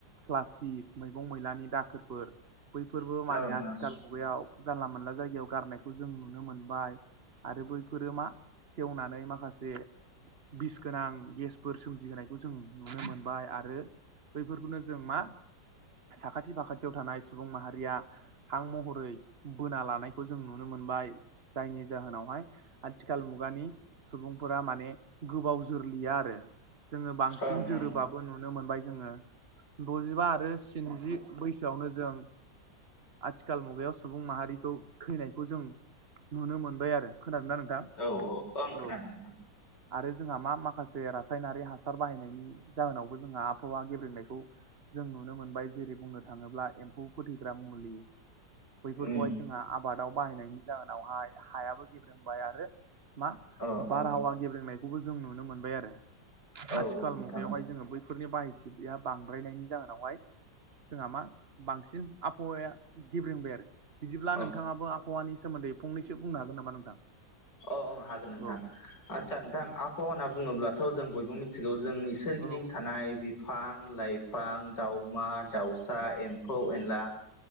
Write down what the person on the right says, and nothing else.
प्लास्टिक मैगं मैलानि दाखोरफोर बैफोरबो माने
आथिखाल
मुगायाव जानला मोनला जायगायाव गारनायखौ जों नुनो मोनबाय आरो बैफोरो मा सेवनानै माखासे बिस गोनां गेसफोर सोमजिहोनायखौ जों नुनो मोनबाय आरो बैफोरखौनो जों मा साखाथि फाखाथियाव थानाय सुबुं माहारिया हां महरै बोना लानायखौ जों नुनो मोनबाय जायनि जाहोनावहाय आथिखाल मुगानि सुबुंफोरा माने गोबाव जोरलिया आरो जोङो बांसिन
जोरोबा खौ नुनो मोनबाय जोङो द'जिबा आरो स्निजि बैसोआवनो जों आथिखाल मुगायाव सुबुं माहारिखौ थैनायखौ जों नुनो मोनबाय आरो खोनानो नांगोन
औ
आरो जोंहा मा माखासे जे रासायनारि हासार बाहायनायनि जाहोनावबो जोंहा आबहावा गेब्रेनायखौ जों नुनो मोनबाय जेरै बुंनो थाङोब्ला एम्फौ फोथैग्रा मुलि बैफोरखौहाय
जोंहा आब आबादाव बाहायनायनि जाहोनावहाय हायाबो गेब्रोंबाय आरो मा
बारहावा
गेब्रेंनायखौबो जों नुनो मोनबाय आरो
आथिखाल
मुगायावहाय जोङो बैफोरनि बाहायथि या बांद्रायनायनि जाहोनावहाय जोंहा मा बांसिन आबहावाया गेब्रंबाय आरो बिदिब्ला
नोंथाङाबो आबहावानि सोमोन्दै फंनैसो बुंनो हागोन नामा नोंथां
औ
औ